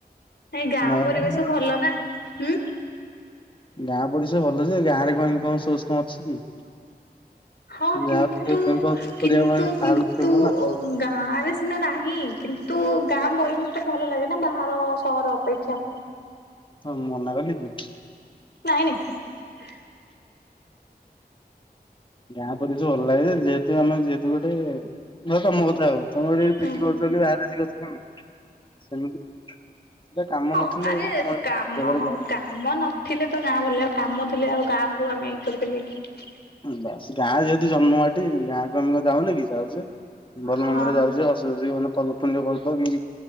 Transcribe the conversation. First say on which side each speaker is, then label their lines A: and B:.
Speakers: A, on the left; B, on the left.
A: ଏଇ ଗାଁ
B: ନୟାଗଡ଼
A: ପରିବେଶ ଭଲ ନା। ହୁଁ।
B: ଗାଁ ପରିସର ଭଲଯେ, ଗାଁ ରେ କଣ ଇନକମ୍ସ ସୋର୍ସ କଣ ଅଛି କି?
A: ହଁ,
B: ଯାହା
A: କିନ୍ତୁ
B: କରିବାକୁ
A: କିନ୍ତୁ
B: ମାନେ
A: କିନ୍ତୁ
B: ବାହାରକୁ ଯିବୁ ନା
A: ଗାଁ ରେ ସିନା ନାହିଁ, କିନ୍ତୁ ଗାଁ ପରିବେଶ ଟା ଭଲ ଲାଗେ ନା ବାହାର ସହର ଅପେକ୍ଷା।
B: ହଁ ମନା କଲି କି?
A: ନାଇଁ ନାଇଁ।
B: ଗାଁ ପରିବେଶ ଭଲ ଲାଗେ ଯେ, ଯେହେତୁ ଆମେ ଯେହେତୁ ଭ ତମ କଥା ଆଉ ତମରିତି
A: ହୁଁ
B: ପିଜି କରୁଚ କି ଆର୍ଟ୍ସ କରୁଚ। ସେମିତି ଏଟା କାମ
A: ହଁ
B: ନଥିଲେ
A: ଆରେ
B: ମଣିଷ
A: କାମ
B: ଜାଗାରେ
A: ହଁ
B: ଯାଉନି।
A: କାମ ନଥିଲେ ତ ଗାଁ ବୁଲିବାକୁ କାମ ଥିଲେ ଆଉ, ଗାଁକୁ ଆମେ ଇ କରିପାରିବା କି?
B: ବାସଗାଁ ଯେହେତୁ, ଜନ୍ମମାଟି ଗାଁକୁ ଆମେ କଣ ଯାଉନୁ କି? ଯାଉଚୁ। ଭଲ
A: ହଁ
B: ମନ୍ଦରେ ଯାଉଚୁ, ଆସୁଛି ମାନେ ପ ଫୁ ପୁନ୍ୟ ପର୍ବ ଉଁ ଉଁ